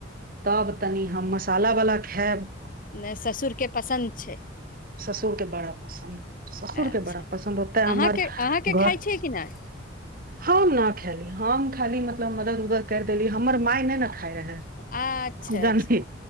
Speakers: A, on the right; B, on the left.
A: तब तनि हम मसालावला खायब
B: नै ससुरके पसन्द छै
A: ससुरके बड़ा पसन्द ससुर
B: अच्छा
A: के बड़ा पसन्द ओत्ते हमर
B: अहाँके अहाँके
A: घर
B: खाइ छियै कि नहि
A: हम न खेयली हम खाली मतलब मदद उदद कर देली हमर माय ई नै न खाई रहै
B: अच्छा
A: जानली
B: अच्छा